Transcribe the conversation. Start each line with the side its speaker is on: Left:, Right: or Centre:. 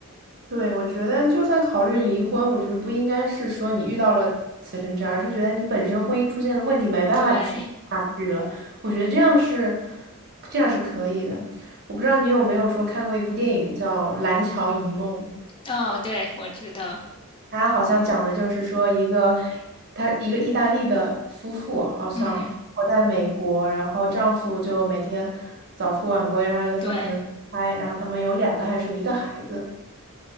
Right: 对，我觉得就算考虑离婚，我觉得不应该是说你遇到了此生之爱，而是觉得你本身婚姻出现了问题，没办法继续下去了。
Left: 对，
Right: 我觉得这样是，这样是可以的。我不知道你有没有说看过一部电影叫《蓝桥遗梦》，
Left: 哦，对，我知道，
Right: 它好像讲的就是说一个，他一个意大利的夫妇，好像活在美国，
Left: 嗯，
Right: 然后丈夫就每天早出晚归，然后有的时候可能出差，
Left: 对，
Right: 然后他们有两个还是一个孩子。